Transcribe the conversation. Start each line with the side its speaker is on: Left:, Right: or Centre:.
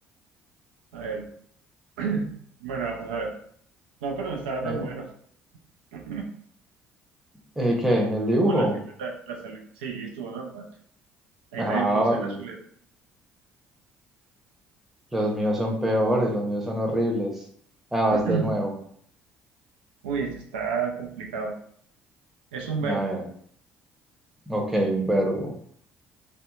Right: A ver. <clears throat> Bueno, a ver. No, pero no estaba tan
Centre: Ey,
Right: bueno. <clears throat> Es
Centre: eh, ¿qué? ¿El dibujo?
Right: Como la silueta, la sali- Sí, estuvo normal. Ahí
Centre: Ah,
Right: medio pude ser la silueta.
Centre: Los míos son peores, los míos son horribles. Ah, vas
Right: <clears throat>
Centre: de nuevo.
Right: Uy, este está complicado. Es un verbo,
Centre: A ver, ok, un verbo.